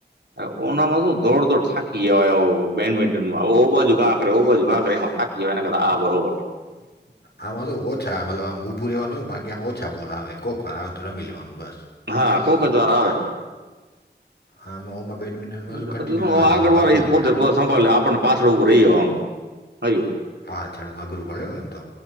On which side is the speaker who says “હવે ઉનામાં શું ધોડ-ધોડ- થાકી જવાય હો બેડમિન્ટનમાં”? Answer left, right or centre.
Right